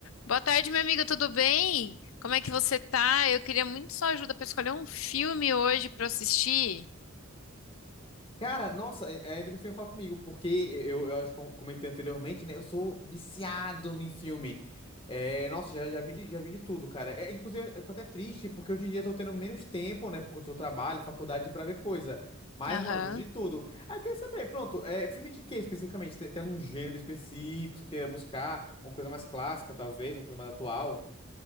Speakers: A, on the left (about 70°); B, on the left (about 25°).
A: Boa tarde, meu amigo, tudo bem? Como é que você tá? Eu queria muito sua ajuda para escolher um filme hoje para assistir.
B: Cara, nossa, é- é, ainda bem que você veio falar comigo, porque eu, eu acho que eu comentei anteriormente, né? Eu sou viciado em filme. É, nossa, já, já vi de, já vi de tudo, cara. É, inclusive, eu fico até triste, porque hoje em dia eu tô tendo menos tempo, né? Por conta do trabalho, faculdade, pra ver coisa. Mas,
A: Aham.
B: mano, eu vejo de tudo. Aí eu queria saber, pronto, é, filme de quê especificamente? Tem, tem algum gênero específico que você queira buscar? Uma coisa mais clássica, talvez, uma coisa mais atual?